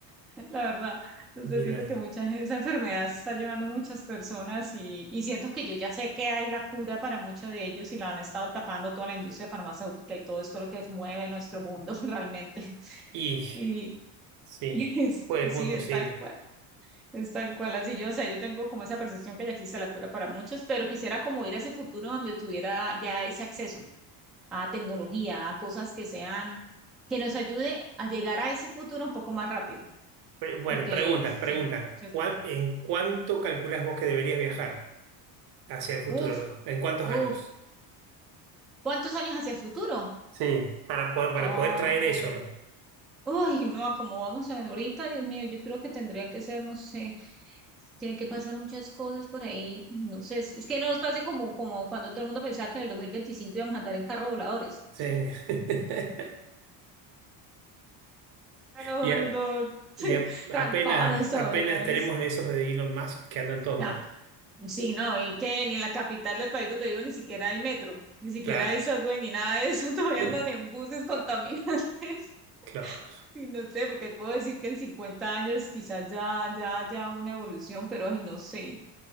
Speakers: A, in the centre; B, on the right.
A: <laughs> la verdad. Entonces
B: Mirá.
A: siento que mucha gente, esa enfermedad se está llevando muchas personas y, y siento que yo ya sé que hay la cura para muchos de ellos y la han estado tapando toda la industria farmacéutica y todo esto lo que mueve nuestro mundo <laughs> realmente.
B: Y
A: Y,
B: sí,
A: y es-
B: pues
A: sí,
B: muy posible.
A: es tal cual. Es tal cual, así yo, no sé, yo tengo como esa percepción que ya existe la cura para muchos, pero quisiera como ir a ese futuro donde tuviera ya ese acceso a tecnología, a cosas que sean, que nos ayude a llegar a ese futuro un poco más rápido,
B: Pre- bueno,
A: porque,
B: preguntas,
A: se,
B: preguntas.
A: se-
B: ¿En cuánto calculás vos que deberías viajar hacia el futuro?
A: uf,
B: ¿En cuántos
A: uf,
B: años?
A: ¿cuántos años hacia el futuro?
B: Sí. Para, po- para
A: Ah,
B: poder traer eso. ¿no?
A: uy, no, como vamos a ver ahorita, Dios mío, yo creo que tendría que ser, no sé, tiene que pasar muchas cosas por ahí, no sé, es, es que no nos pase como, como cuando todo el mundo pensaba que en el 2025 íbamos a andar en carro voladores.
B: Sí. <laughs>
A: Pero
B: Y, a-
A: no, <laughs> sí,
B: y a-
A: trancones
B: apenas,
A: todavía.
B: apenas tenemos esos de Elon Musk que andan todos
A: Ya,
B: mal.
A: Sí, no, y que ni en la capital del país donde vivo ni siquiera hay metro, ni siquiera
B: Claro,
A: hay subway, ni nada de eso, <laughs> todavía
B: <clears throat>
A: andan en buses contaminantes. <laughs>
B: claro.
A: Y no sé, porque puedo decir que en 50 años quizás ya, ya haya una evolución, pero ay, no sé.